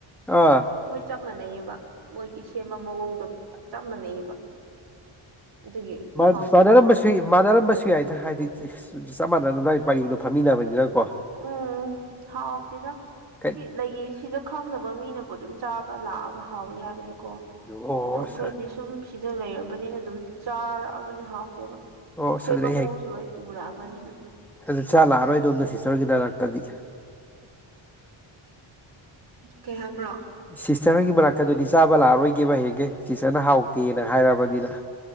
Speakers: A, in the centre; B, on the right (about 50°).
A: ꯑꯥ
B: ꯃꯣꯏ ꯆꯞ ꯃꯥꯟꯅꯩꯑꯕ ꯃꯣꯏꯒꯤ ꯁꯦꯝꯕ ꯃꯑꯣꯡꯗꯣ ꯆꯞ ꯃꯥꯟꯅꯩꯑꯕ ꯑꯗꯨꯒꯤ
A: ꯃꯥꯟꯅꯔꯝꯕꯁꯨ
B: ꯍꯥꯎꯇꯦ ꯍꯥꯏꯕ
A: ꯃꯥꯟꯅꯔꯝꯕꯁꯨ ꯌꯥꯏꯗ ꯍꯥꯏꯗꯤ ꯆꯞ ꯃꯥꯟꯅꯅꯕ ꯄꯔꯦꯡꯗꯣ ꯐꯝꯃꯤꯟꯅꯕꯅꯤꯅ ꯀꯣ
B: ꯎꯝ ꯍꯥꯎꯥꯎꯇꯗ
A: ꯀꯩ
B: ꯍꯥꯏꯗꯤ ꯂꯩ ꯁꯤꯗ ꯈꯪꯗꯕ ꯃꯤꯅꯕꯨ ꯑꯗꯨꯝ ꯆꯥꯕ ꯂꯥꯛꯑꯒ ꯍꯥꯎꯏꯤ ꯍꯥꯏꯕꯅꯤꯀꯣ
A: ꯑꯣ
B: ꯑꯗꯣ
A: ꯑꯣ
B: ꯑꯩꯈꯣꯏꯗꯤ ꯁꯨꯝ ꯁꯤꯗ ꯂꯩꯔꯕꯅꯤꯅ ꯑꯗꯨꯝ ꯆꯥꯔꯛꯑꯕꯅꯤ ꯍꯥꯎꯇꯦꯕ
A: ꯑꯗꯨꯗꯤ
B: ꯁꯦꯕ ꯃꯑꯣꯡꯁꯨ ꯂꯣꯏ ꯎꯔꯛꯑꯕꯅꯤꯅ
A: ꯑꯗ ꯆ ꯂꯥꯛꯑꯔꯣꯏꯗꯣꯝꯅ ꯁꯤꯁꯇꯔꯒꯤ ꯅꯥꯛꯇꯗꯤ
B: ꯀꯩ ꯍꯥꯏꯕ꯭ꯔꯣ
A: ꯁꯤꯁꯇꯔꯒꯤ ꯃꯅꯥꯛꯇ ꯑꯗꯨꯗꯤ ꯆꯥꯕ ꯂꯥꯛꯔꯣꯏꯒꯦꯕ ꯍꯌꯦꯡꯒꯩ ꯁꯤꯁꯇꯔꯅ ꯍꯥꯎꯇꯦꯅ ꯍꯥꯏꯔꯕꯅꯤꯅ